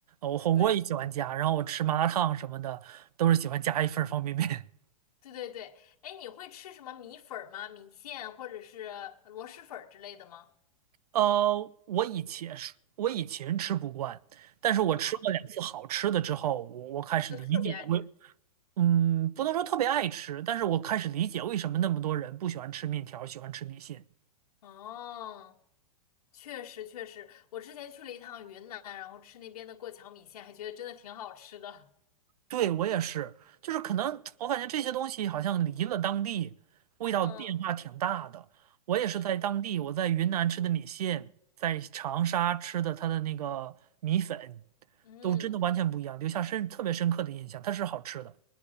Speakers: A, on the right (about 80°); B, on the left (about 75°).
A: 我火锅也喜欢加，
B: 对，
A: 然后我吃麻辣烫什么的都是喜欢加一份儿方便面
B: 对对对。哎，你会吃什么米粉儿吗？米线或者是螺蛳粉儿之类的吗？
A: 呃，我以前是，我以前吃不惯，但是我吃过两次好吃的之后，
B: 啊，
A: 我我开始理解我
B: 就特别爱吃。
A: 嗯，不能说特别爱吃，但是我开始理解为什么那么多人不喜欢吃面条，喜欢吃米线。
B: 哦，确实确实，我之前去了一趟云南，然后吃那边的过桥米线，还觉得真的挺好吃的。
A: 对，我也是，就是可能我感觉这些东西好像离了当地，味道变化挺大的。
B: 嗯，
A: 我也是在当地，
B: 是的。
A: 我在云南吃的米线，在长沙吃的它的那个米粉，
B: 嗯。
A: 都真的完全不一样，留下深特别深刻的印象，它是好吃的。